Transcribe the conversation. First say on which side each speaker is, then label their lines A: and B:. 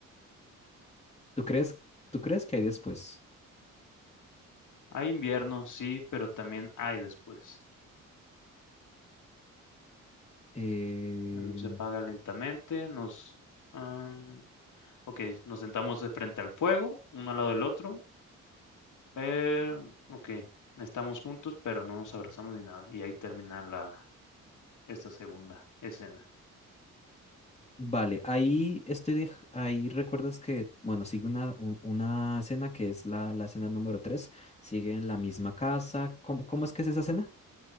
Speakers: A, on the left (about 20°); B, on the left (about 65°).
A: ¿Tú crees, tú crees que hay después?
B: Hay invierno, sí, pero también hay después.
A: Eh,
B: La luz se apaga lentamente, nos... ah, Ok, nos sentamos de frente al fuego, uno al lado del otro, pero, ok, estamos juntos, pero no nos abrazamos ni nada. Y ahí termina la, esta segunda escena.
A: vale, ahí estoy de, ahí recuerdas que, bueno, sigue una, un- una escena que es la, la escena número 3 sigue en la misma casa. ¿Cómo, cómo es que es esa escena?